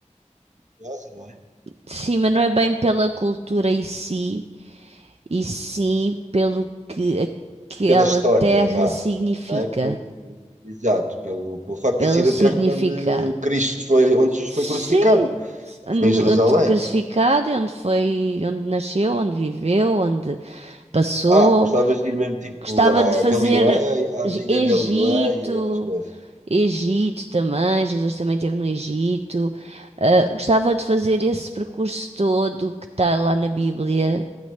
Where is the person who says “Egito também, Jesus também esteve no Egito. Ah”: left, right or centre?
Right